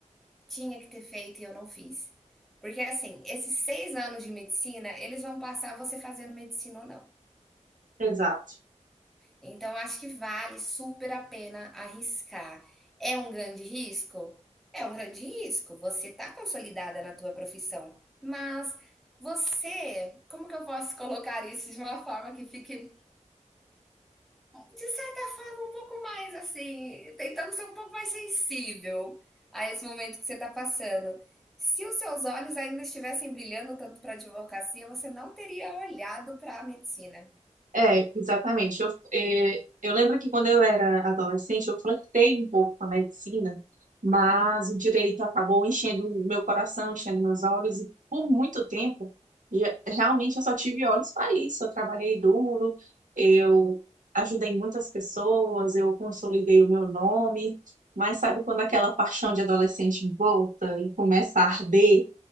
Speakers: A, in the centre; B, on the right (about 85°).
A: tinha que ter feito e eu não fiz. Porque, assim, esses seis anos de medicina, eles vão passar você fazendo medicina ou não.
B: exato.
A: Então, acho que vale super a pena arriscar. É um grande risco? É um grande risco. Você está consolidada na tua profissão, mas você, como que eu posso <laughs> colocar isso de uma forma que fique de certa forma, um pouco mais assim, tentando ser um pouco mais sensível a esse momento que você está passando. Se os seus olhos ainda estivessem brilhando tanto para a advocacia, você não teria olhado para a medicina.
B: É, exatamente. Eu, é, eu lembro que quando eu era adolescente, eu flertei um pouco com a medicina, mas o direito acabou enchendo o meu coração, enchendo meus olhos, e por muito tempo, e é- realmente eu só tive olhos para isso. Eu trabalhei duro, eu ajudei muitas pessoas, eu consolidei o meu nome, mas sabe quando aquela paixão de adolescente volta e começa a arder?